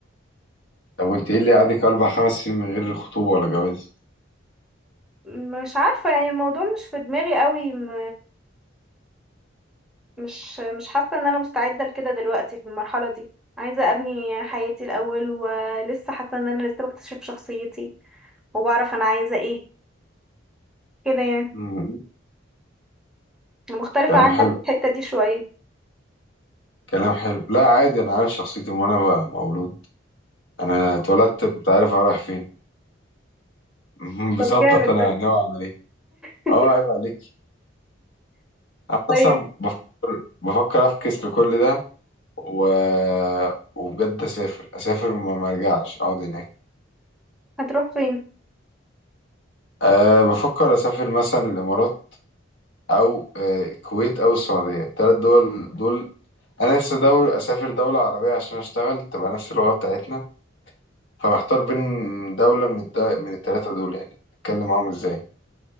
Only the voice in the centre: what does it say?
مش عارفة يعني الموضوع مش في دماغي قوي م... مش مش حاسة ان انا مستعدة لكده دلوقتي في المرحلة دي عايزة ابني حياتي الاول ولسه حاسة ان انا لسه بكتشف شخصيتي وبعرف انا عايزة ايه كده يعني
مختلفة
عنك
في الحتة دي شوية
طب
جامد
ده
<laughs>
طيب
هتروح فين